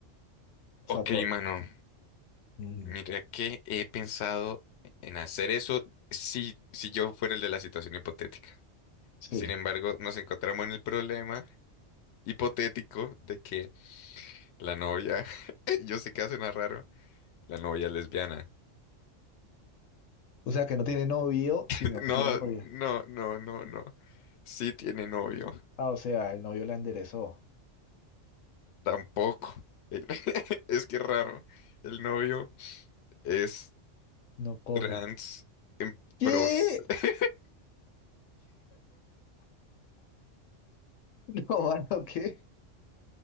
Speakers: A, on the left; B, on the left.
A: O sea,
B: Ok,
A: por...
B: mano.
A: Ujú,
B: Mira que he pensado en hacer eso si, si yo fuera el de la situación hipotética.
A: Sí.
B: Sin embargo, nos encontramos en el problema hipotético de que La novia. <laughs> Yo sé que suena raro. La novia lesbiana.
A: O sea, que no tiene novio,
B: <laughs>
A: sino
B: No,
A: que tiene novia.
B: no, no, no, no. Sí tiene novio.
A: Ah, o sea, el novio la enderezó.
B: Tampoco. El- <laughs> Es que es raro. El novio es
A: No coge.
B: trans
A: ¿Qué?
B: pros.
A: <laughs>
B: <laughs>
A: No, mano, ¿qué?